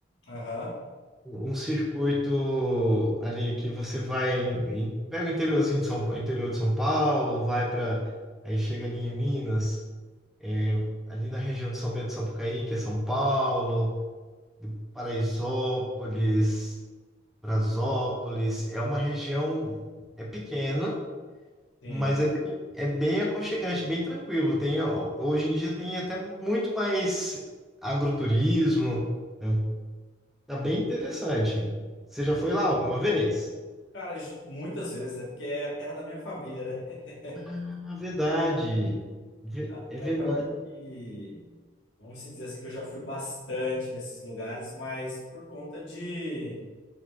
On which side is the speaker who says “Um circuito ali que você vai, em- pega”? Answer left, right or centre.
Centre